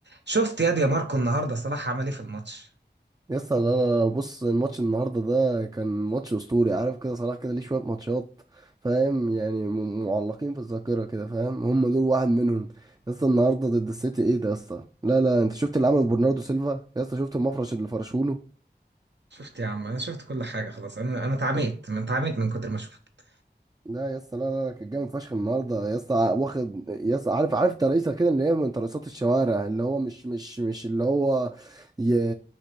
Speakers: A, on the right (about 80°); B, on the right (about 20°).
A: شفت ياد يا ماركو النهارده صلاح عمل ايه في الماتش
B: يسطا انا بص الماتش النهارده ده كان ماتش اسطوري عارف كده صلاح كده ليه شويه ماتشات فاهم يعني م- معلقين في الذاكره كده فاهم هم دول واحد منهم يسطا النهارده ضد السيتي ايه ده يسطا لا لا انت شفت اللي عمله برناردو سيلفا يسطا شفت المفرش اللي فرشوله
A: شفت يا عم انا شفت كل حاجه خلاص انا انا اتعميت من اتعميت من كتر ما شفت
B: لا يا اسطى لا لا لا كان جامد فشخ النهارده يا اسطى ع- واخد يا اسطى عارف عارف ترقيصه كده اللي هي من ترقيصات الشوارع اللي هو مش مش مش اللي هو ي